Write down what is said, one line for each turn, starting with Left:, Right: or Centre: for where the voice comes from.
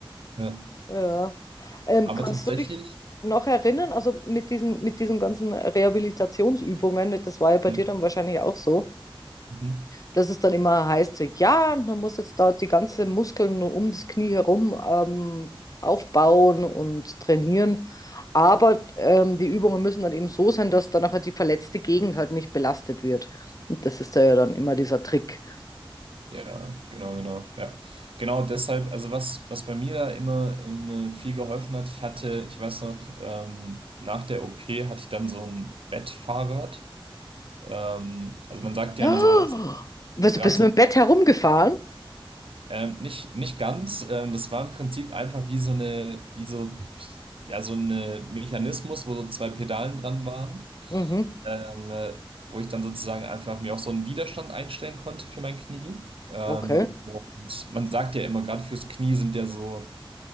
Right: ja.
Left: Ja. Ähm,
Right: Aber
Left: kannst
Right: tatsächlich,
Left: du dich noch erinnern, also mit diesen, mit diesen ganzen Rehabilitationsübungen, das war ja bei
Right: ja.
Left: dir dann wahrscheinlich auch so,
Right: Mhm.
Left: dass es dann immer heißt, so, ja, man muss jetzt da die ganzen Muskeln um das Knie herum ähm, aufbauen und trainieren. Aber ähm, die Übungen müssen dann eben so sein, dass dann halt die verletzte Gegend halt nicht belastet wird. Und das ist da ja dann immer dieser Trick.
Right: Ja, genau, genau, ja. Genau deshalb, also was, was bei mir da immer ähm, viel geholfen hat, ich hatte, ich weiß noch, ähm, nach der OP hatte ich dann so ein Bettfahrrad. Ähm, also man sagt
Left: Ja,
Right: ja immer so, so
Left: was,
Right: gerade
Left: bist
Right: so,
Left: du mit dem Bett herumgefahren?
Right: ähm, nicht, nicht ganz, ähm, das war im Prinzip einfach wie so eine, wie so, ja, so ein Mechanismus, wo so zwei Pedalen dran waren.
Left: Mhm,
Right: ähm, äh, wo ich dann sozusagen einfach mir auch so einen Widerstand einstellen konnte für mein Knie. Ähm,
Left: okay.
Right: und man sagt ja immer, gerade fürs Knie sind ja so,